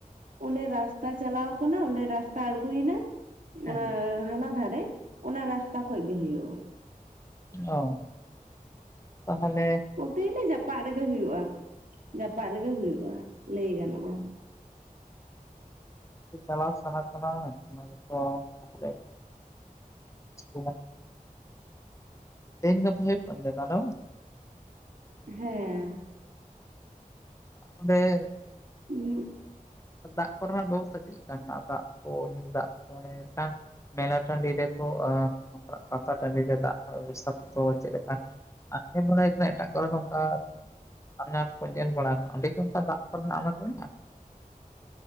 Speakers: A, on the right; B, on the left.
A: ᱚᱸᱰᱮ ᱨᱟᱥᱛᱟ ᱪᱟᱞᱟᱣ ᱟᱠᱟᱱᱟ ᱚᱸᱰᱮ ᱨᱟᱥᱛᱟ ᱟᱬᱜᱚᱭᱮᱱᱟ
B: ᱦᱮᱸ
A: ᱚᱱᱟ ᱦᱟᱱᱟ ᱫᱷᱟᱨᱮ ᱚᱱᱟ ᱨᱟᱥᱛᱟ ᱠᱷᱚᱡ ᱜᱮ ᱦᱩᱭᱩᱜᱼᱟ
B: ᱚ ᱛᱟᱦᱟᱞᱮ
A: ᱵᱚᱞᱛᱮ ᱜᱮᱞᱮ ᱡᱟᱯᱟᱜ ᱨᱮᱜᱮ ᱦᱩᱭᱩᱜᱼᱟ ᱡᱟᱯᱟᱜ ᱨᱮᱜᱮ ᱦᱩᱭᱩᱜᱼᱟ ᱞᱟᱹᱭ ᱜᱟᱱᱚᱜᱼᱟ
B: ᱪᱟᱞᱟᱣ ᱥᱟᱱᱟ ᱠᱟᱱᱟ ᱚᱱᱟ ᱜᱮᱛᱚ ᱛᱟᱦᱚᱞᱮ <unintelligible> ᱛᱮᱦᱮᱧ ᱜᱟᱯᱟ ᱦᱳᱭᱳᱜ ᱠᱟᱱ ᱜᱮᱭᱟ ᱫᱟᱞᱳ
A: ᱦᱮᱸ
B: ᱚᱰᱮ
A: ᱦᱩᱸ
B: ᱫᱟᱜ ᱠᱚᱨᱮᱱᱟᱜ ᱵᱮᱵᱚᱥᱛᱷᱟ ᱪᱮᱫ ᱞᱮᱠᱟ ᱢᱮᱱᱟᱜᱼᱟ ᱫᱟᱜ ᱠᱚ ᱧᱩ ᱫᱟᱜ ᱠᱚ ᱟᱱᱮ ᱴᱟᱝ ᱢᱮᱞᱟ ᱴᱟᱺᱰᱤ ᱨᱮᱫᱚ ᱯᱟᱛᱟ ᱴᱟᱺᱰᱤ ᱨᱮ ᱫᱟᱜ ᱵᱮᱵᱚᱥᱛᱷᱟ ᱠᱚ ᱫᱚ ᱪᱮᱫ ᱞᱮᱠᱟ ᱟᱨ ᱧᱮᱞ ᱵᱟᱲᱟ ᱦᱩᱭ ᱟᱠᱟᱱᱟ ᱮᱴᱟᱜ ᱠᱚᱨᱮ ᱱᱚᱝᱠᱟ ᱟᱱᱟᱴ ᱠᱚ ᱧᱮᱞ ᱵᱟᱲᱟᱜᱼᱟ ᱾ ᱚᱸᱰᱮ ᱠᱤ ᱚᱱᱠᱟ ᱫᱟᱜ ᱠᱚᱨᱮᱱᱟᱜ ᱟᱱᱟᱴ ᱢᱮᱱᱟᱜᱼᱟ